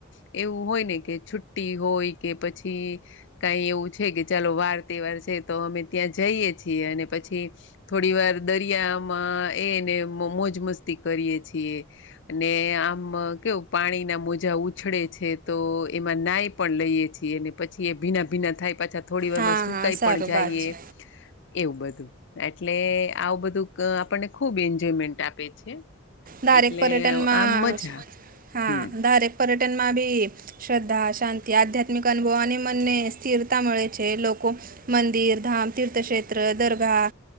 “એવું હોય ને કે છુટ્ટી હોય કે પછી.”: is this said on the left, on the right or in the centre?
Left